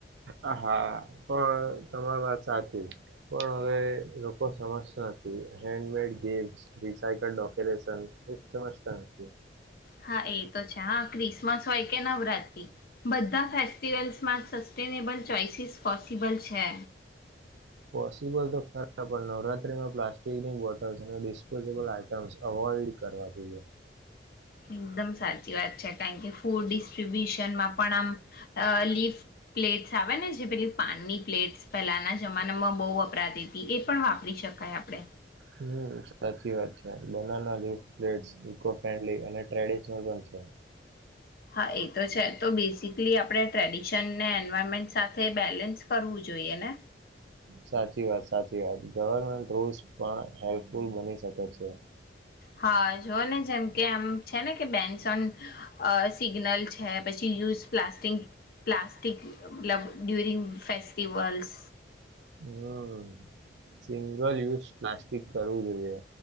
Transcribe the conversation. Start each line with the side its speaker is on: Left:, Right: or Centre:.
Right: હા, પણ તમારી વાત સાચી, પણ હવે લોકો સમજતા નથી. હેન્ડમેડ ગિફ્ટસ, રીસાઇકલ્ડ ડકોરેશન, એ સમજતા નથી.
Left: હા એ તો છે હા, ક્રિસમસ હોય કે નવરાત્રી, બધા ફેસ્ટિવલ્સમાં સસ્ટેનેબલ ચોઈસીસ પોસિબલ છે.
Right: પોસિબલ તો ખરા. પણ, નવરાત્રીમાં પ્લાસ્ટિકની બોટલ્સ અને ડિસ્પોઝેબલ આઈટમ્સ અવોઈડ કરવા જોઈએ.
Left: એકદમ સાચી વાત છે કાયણ કે ફૂડ ડિસ્ટ્રીબ્યુશનમાં પણ આમ અ લીફ પ્લેટ્સ આવે ને જે, પેલી પાનની પ્લેટ્સ, પહેલાના જમાનામાં બહુ વપરાતીતી, એ પણ વાપરી શકાય આપણે
Right: હમ, સાચી વાત છે. Banana leaf plates, eco friendly અને ટ્રેડિશનલ પણ છે.
Left: હા, એ તો છે. તો બેઝિકલી આપણે ટ્રેડિશનને એન્વાયરમેન્ટ સાથે બેલેન્સ કરવું જોઈએ ને!
Right: સાચી વાત, સાચી વાત, ગવર્મેન્ટ રૂલ્સ પણ હેલ્પફુલ બની શકે છે.
Left: હા જોઓ ને જેમ કે આમ છે ને કે બેન્સ ઓન અ સિગ્નલ છે પછી use plast plastic club during festivals.
Right: હમ્મ સિંગલ યુઝ પ્લાસ્ટિક કરવું જોઈએ